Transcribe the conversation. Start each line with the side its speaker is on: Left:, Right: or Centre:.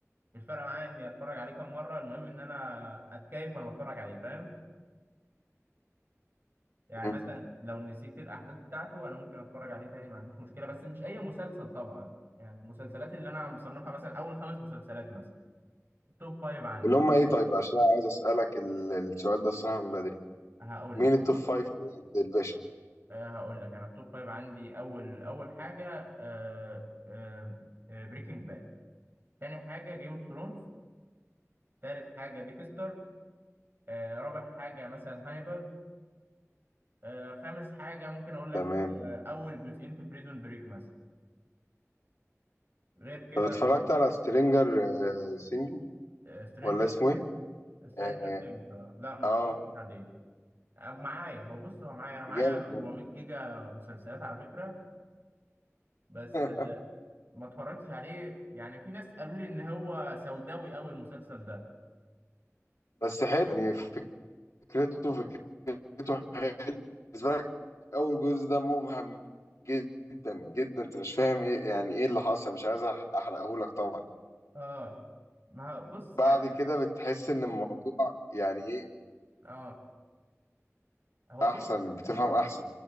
Right: مش فارقه معايا اني اتفرج عليه كام مره المهم ان انا اتكيف وانا بتفرج عليه فاهم يعني
Left: <laughs>
Right: مثلا لو نسيت الاحداث بتاعته انا ممكن اتفرج عليه تاني ما عنديش مشكله بس مش اي مسلسل طبعا يعني المسلسلات اللي انا مصنفها مثلا اول خمس مسلسلات مثلا توب فايف عندي
Left: اللي
Right: ممكن
Left: هم ايه
Right: أتفرج.
Left: طيب عشان أنا عايز اسالك ال- السؤال ده الصراحه من بدري
Right: هقول
Left: مين
Right: لك
Left: التوب فايف اللي عند الباشا
Right: أه هقول لك انا التوب فايف عندي اول اول حاجه أه أه بريكنج باد تاني حاجه جيم اوف ثرونز تالت حاجه ديكستر أه رابع حاجه مثلا هانيبال أه خامس حاجه ممكن اقول لك
Left: تمام
Right: أه اول جزئين في بريزون بريك مثلا غير كده
Left: طب اتفرجت على سترينجر سينجل
Right: سترينجر
Left: ولا اسمه
Right: ثينجز
Left: ايه
Right: سترينجر
Left: اه
Right: ثينجز لا ما
Left: آه،
Right: اتفرجتش عليه آه، معايا هو بص هو معايا انا معايا
Left: جامد
Right: 400
Left: برضه.
Right: جيجا مسلسلات على فكره بس
Left: <laughs>
Right: آه، ما اتفرجتش عليه يعني في ناس قالوا لي ان هو سوداوي قوي المسلسل ده
Left: بس حلو يعني فكرته فكرته حلو بالنسبه لك اول جزء ده مبهم جدا جدا انت مش فاهم ايه يعني ايه اللي حصل مش عايز احرقه لك طبعا
Right: اه ما هو- بص
Left: بعد
Right: يعني
Left: كده بتحس ان الموضوع يعني ايه
Right: اه هو
Left: احسن
Right: بص
Left: بتفهم احسن